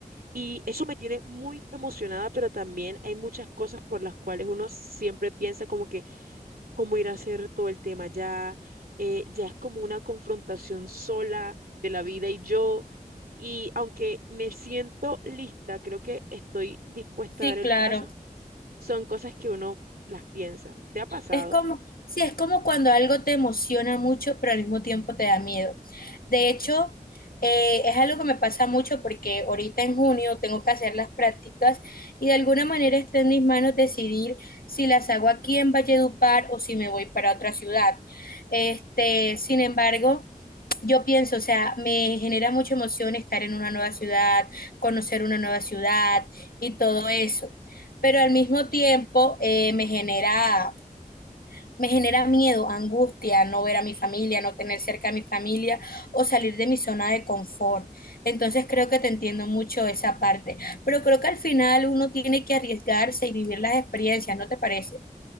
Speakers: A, on the right; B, on the left.
A: Y eso me tiene muy emocionada, pero también hay muchas cosas por las cuales uno siempre piensa como que cómo ir a hacer todo el tema ya, eh, ya es como una confrontación sola de la vida y yo, y aunque me siento lista, creo que estoy dispuesta
B: Sí,
A: a dar el
B: claro.
A: paso, son cosas que uno las piensa. ¿Te ha pasado?
B: Es como, sí, es como cuando algo te emociona mucho, pero al mismo tiempo te da miedo. De hecho, eh, es algo que me pasa mucho porque ahorita en junio tengo que hacer las prácticas y de alguna manera está en mis manos decidir si las hago aquí en Valledupar o si me voy para otra ciudad. Este, sin embargo, Yo pienso, o sea, me genera mucha emoción estar en una nueva ciudad, conocer una nueva ciudad y todo eso. Pero al mismo tiempo eh, me genera, me genera miedo, angustia, no ver a mi familia, no tener cerca a mi familia o salir de mi zona de confort. Entonces creo que te entiendo mucho esa parte. Pero creo que al final uno tiene que arriesgarse y vivir las experiencias, ¿no te parece?